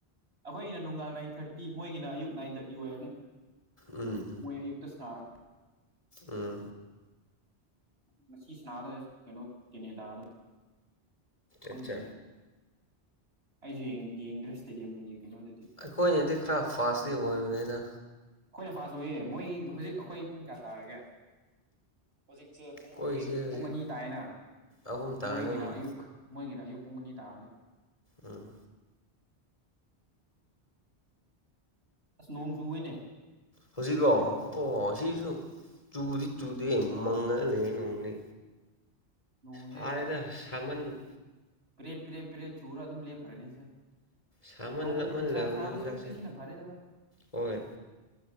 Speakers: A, on the right (about 75°); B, on the left (about 35°).
A: ꯑꯩꯈꯣꯏ ꯑꯩꯅ ꯅꯨꯡꯗꯥꯡ ꯅꯥꯏꯟ ꯊꯥꯔꯇꯤ ꯃꯒꯤ ꯑꯌꯨꯛ ꯅꯥꯏꯟ ꯊꯥꯔꯇꯤ ꯑꯣꯏꯔꯅꯤ꯫
B: ꯎꯝ
A: ꯃꯣꯏ ꯌꯨꯛꯇ ꯁꯅ
B: ꯎꯝ
A: ꯃꯁꯤ ꯁꯅꯥꯗ ꯀꯩꯅꯣ ꯀꯦꯅꯦꯗꯥꯗ ꯈꯪꯗꯣꯏꯅꯦ
B: ꯑꯠꯆꯥ
A: ꯑꯩꯁꯨ ꯌꯦꯡꯗ꯭ꯔꯦ ꯏꯁꯇꯦꯗꯤꯌꯝꯒꯤ ꯀꯩꯅꯣꯗꯗꯤ꯫
B: ꯑꯩꯈꯣꯏꯗꯤ ꯈꯔ ꯐꯥꯁꯇꯗꯤ ꯑꯣꯏꯕꯗ
A: ꯑꯩꯈꯣꯏꯅ ꯐꯥꯁꯨ ꯎꯏꯌꯦ ꯃꯣꯏ ꯍꯧꯖꯤꯛ ꯑꯩꯈꯣꯏ ꯄꯨꯡ ꯀꯌꯥ ꯇꯥꯔꯒꯦ꯫ ꯍꯧꯖꯤꯛꯁꯦ ꯄꯨꯡ
B: ꯀꯣꯏꯁꯦ
A: ꯑꯩꯈꯣꯏ
B: ꯍꯧꯖꯤꯛ
A: ꯄꯨꯡ ꯑꯅꯤ ꯇꯥꯏꯅ
B: ꯑꯍꯨꯝ ꯇꯥꯔꯅꯤ
A: ꯃꯣꯏꯒꯤꯅ
B: ꯎꯝ
A: ꯑꯌꯨꯛ ꯃꯣꯏꯒꯤꯅ ꯑꯌꯨꯛ ꯄꯨꯡ ꯑꯅꯤ ꯇꯥꯔꯅꯤ꯫
B: ꯎꯝ
A: ꯑꯁ ꯅꯣꯡꯖꯨꯏꯅꯦ꯫
B: ꯍꯧꯖꯤꯛꯂꯣ ꯑꯣ ꯁꯤꯁꯨ ꯆꯨꯗꯤ ꯆꯨꯗꯦ ꯃꯪꯉꯒ ꯂꯩ ꯅꯣꯡꯗꯤ꯫
A: ꯅꯣꯡꯁꯦ
B: ꯐꯥꯔꯦꯗ ꯁꯥꯃꯟ
A: ꯄꯔꯦ ꯄꯔꯦ ꯄꯔꯦ ꯆꯨꯔ ꯑꯗꯨꯝ ꯂꯦꯞꯈꯔꯅꯤꯁꯦ꯫
B: ꯁꯥꯃꯟ
A: ꯅꯣꯡ
B: ꯂꯛꯃꯜꯂꯕꯅꯦ
A: ꯅꯨꯡꯁꯥ ꯁꯥꯕ
B: ꯍꯟꯗꯛꯁꯦ
A: ꯁꯨꯔꯨꯛꯇꯤ ꯁꯤꯅ ꯐꯔꯦꯗꯕ
B: ꯍꯣꯏ